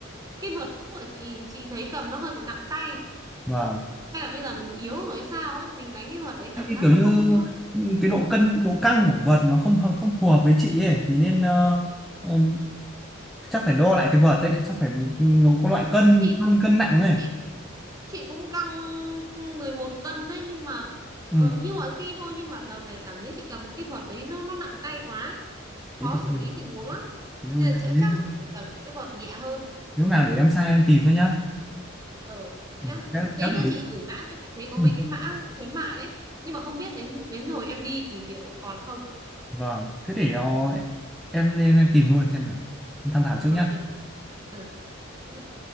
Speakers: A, on the right (about 20°); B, in the centre.
A: cái vợt cũ của chị chị thấy cầm nó hơi bị nặng tay
B: vâng
A: hay là bây giờ mình yếu rồi hay sao ấy mình đánh cái vợt đấy cảm
B: Thế thì
A: giác
B: kiểu
A: nó
B: như
A: không nó
B: cái độ cân độ căng của vật nó không hợp- không phù hợp với chị ấy thì nên ờ, ờ, chắc phải đo lại cái vật ấy chắc phải nó có loại cân
A: chị cũng
B: cân cân nặng này
A: chị cũng chị cũng căng 11 cân đấy nhưng mà
B: ừ.
A: ờ, như mọi khi thôi nhưng mà đợt này cảm thấy chị cầm cái vợt đấy nó nó nặng tay quá khó
B: thế thì
A: xử
B: hơi
A: lý tình huống lắm
B: thế hơi
A: nên
B: nặng
A: là sẽ-
B: đấy
A: chắc là chị phải cần một cái vợt nhẹ hơn
B: nếu nào để em sai em tìm cho nhá
A: ờ
B: ừ.
A: nhá Đ-
B: khéo
A: tí
B: khéo để
A: nữa chị gửi mã cho chị thấy có
B: ừ.
A: mấy cái mã khuyến mại đấy nhưng mà không biết đến đến hồi em đi thì liệu còn không
B: vâng thế để ờ, em lên em tìm luôn xem nào em tham khảo trước
A: ok
B: nhá
A: ờ nhá